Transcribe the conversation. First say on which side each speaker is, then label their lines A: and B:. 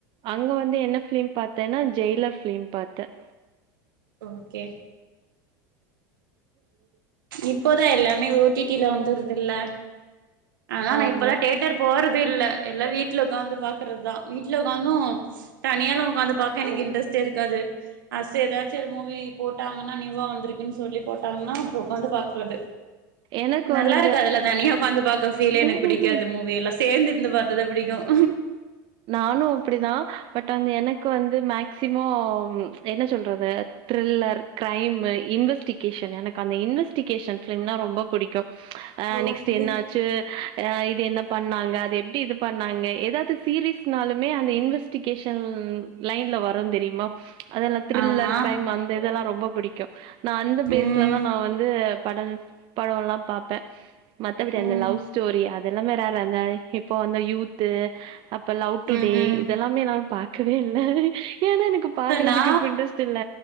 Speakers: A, on the right; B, on the right.
A: அங்க வந்து என்ன ஃபிலிம் பார்த்தேன்னா ஜெய்லர் பிலிம் பார்த்தேன்
B: ஓகே
A: <inaudible>
B: இப்போதான் எல்லாமே ஓடிட்டில வந்துருதுல்ல அதா நான்
A: ஆமா
B: இப்பல்லாம் தேட்டர் போறது இல்ல எல்லா வீட்ல உட்காந்து பாக்குறதுதான் வீட்ல உட்க்காந்தும் தனியால உட்கந்து பாக்க எனக்கு இன்ட்ரஸ்டே இருக்காது அஸ்சு ஏதாச்சும் ஒரு மூவி போட்டாங்கன்னா நீயூவா வந்திருக்குன்னு சொல்லி போ ட்டோம்னா அப்போ உக்காந்து பாக்குறது
A: எனக்கு
B: நல்லா
A: வந்து
B: இருக்காதுல தனியா வீட்ல உட்காந்து பாக்குற பீலே
A: இந்த
B: எனக்கு பிடிக்காது மூவி எல்லாம் சேர்ந்த இருந்து பார்த்தாதான் புடிக்கும்
A: நானும் அப்டிதான் பட் வந்து எனக்கு வந்து மேக்சிமம் என்ன சொல்றது த்ரில்லர் கிரைமு இன்வெஸ்டிகேஷன் எனக்கு அந்த இன்வெஸ்டிகேஷன் ஃபிலிம்னா ரொம்ப புடிக்கும் அ நெக்ஸ்ட்
B: ஓகே
A: என்னாச்சு அ இது என்ன பண்ணாங்க அது எப்டி இது பண்ணாங்க ஏதாவது சீரிஸ்னாலுமே அந்த இன்வெஸ்டிகேஷன் லைன்ல வரும் தெரியுமா அதெல்லாம் த்ரில்லர்
B: ஆமா
A: கிரைம் அந்த இதெல்லாம் ரொம்ப புடிக்கும் நான் அந்த பேஸ்லதான்
B: ம்
A: நான் வந்து பட படம்ல்லாம் பார்ப்பேன் மத்தபடி அந்த
B: ம்
A: லவ் ஸ்டோரி அதெல்லாம் வேற‌ யார் அந்த இப்போ அந்த யூத்து அப்ப லவ் டுடே
B: ம் ம்
A: இதெல்லாமே நான் பாக்கவே இல்ல ஏன்னா எனக்கு பாக்குறதுக்கு
B: நா
A: இப்ப இன்ட்ரெஸ்ட் இல்ல